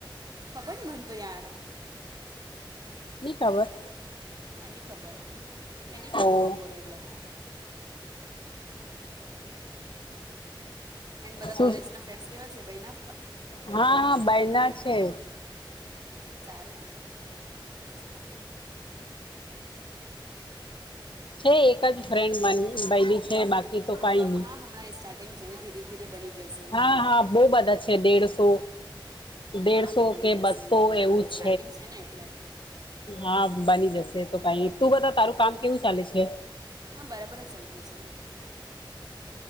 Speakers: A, on the right (about 50°); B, on the left (about 70°).
A: ખબર નહીં મને તો યાર
B: ની ખબર
A: ના ની ખબર મેં નની
B: ઓ
A: ખાધું બપોરે એટલે એન બધા
B: શું
A: કોલેજ ના ફ્રેન્ડસ કેવા છે બયના
B: હા હા બાયના છે
A: <unintelligible>
B: છે એક જ ફ્રેન્ડ માની ભઈ ની છે બાકી તો
A: હા
B: કઈ નહી
A: હા હમણાં સ્ટાર્ટિંગ છે ને ધીરે ધીરે બની જશે
B: હા-હા બઉ બધા છે દેડસો દેડસો
A: હા તો બની
B: કે
A: જશે
B: બસો
A: એ તો હમણાં
B: એવું જ
A: સ્ટાર્ટિંગ છે ને એટલે
B: હા બની જશે તો કઈ તું બધા તારું કામ કેવું ચાલે છે
A: હા બરાબર જ ચાલતું છે